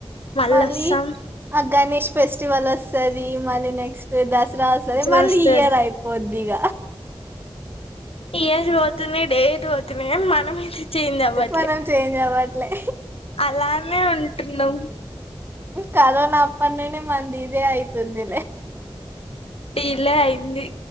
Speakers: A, on the left (about 70°); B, on the right (about 20°).
A: మల్లోస్తాం.
B: మళ్ళీ ఆ గణేష్ ఫెస్టివల్ ఓస్సాది మళ్ళీ నెక్స్ట్ దసర. రా ఒస్సాది
A: ఇట్లా
B: మళ్ళీ
A: వస్తది
B: ఈ ఈయర్ అయిపోద్ది ఇగ.
A: ఇయర్స్ ఓతున్నాయి డేట్ పోతున్నాయి గని మనం ఐతే. చేంజ్ అవ్వట్లే
B: మనం చేంజ్ అవ్వట్లే
A: అలానే ఉంటున్నాం.
B: కరోనా అప్పటి నుండి మనది ఇదే ఐతుంది.
A: డీలే అయింది